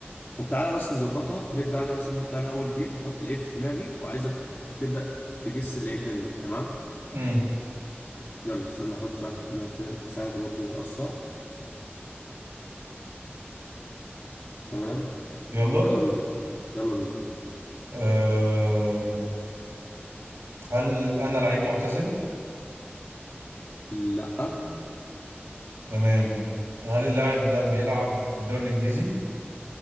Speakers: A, on the left (about 35°); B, on the right (about 90°).
A: طب تعالى بس نظبطها نبدأ أنا مثلا هبدأ أنا أول جيم هحط لعيب في دماغي وعايزك تح- تبدأ تجس اللعيب ده مين تمام
B: امم
A: يلا استنى أحط واحد في دماغي كده يبقى سهل برضه ما يبقاش صعب تمام
B: يلا
A: يلا بينا يلا بينا
B: أم. هل انا لعيب معتزل؟
A: لأ
B: تمام هل اللاعب ده بيلعب في الدوري الانجليزي؟